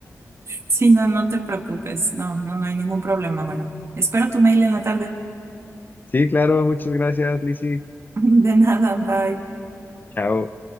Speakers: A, on the right; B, on the left.
A: Sí, no, no te preocupes. No, no, no hay ningún problema. Bueno, espero tu mail en la tarde.
B: Sí, claro, muchas gracias, Lizzy.
A: <laughs> De nada, bye.
B: Chao.